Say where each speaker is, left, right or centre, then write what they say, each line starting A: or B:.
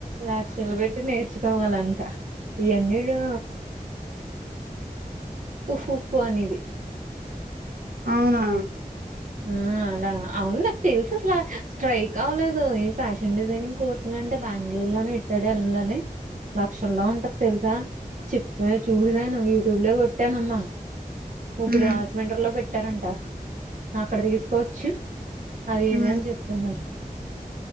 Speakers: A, on the right (about 55°); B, on the right (about 80°).
A: లాక్షలు పెట్టి నేర్చుకోనివాలంట ఎయన్నిరు ఉఫ్ఫ్ ఉఫు అనేవి
B: అవునా
A: ఆ అలా అవును నాకు తెలుసా అసలా స్ట్రైక్ అవ్వలేదు ఈ ఫ్యాషన్ డిజైనింగ్ కోర్సులు అంటే బెంగళూరులోనే ఇతాడు వెళ్ళాలి లక్షల్లో ఉంటంది తెలుసా చెప్పా చూసాను యూట్యూబ్ లో కొట్టానమ్మా ఇప్పుడు
B: హ్మ్.
A: రాజమండ్రి లో పెట్ పెట్టారంట అక్కడ తీసుకోవచ్చు అది
B: హ్మ్.
A: ఇద అని చెప్తున్నారు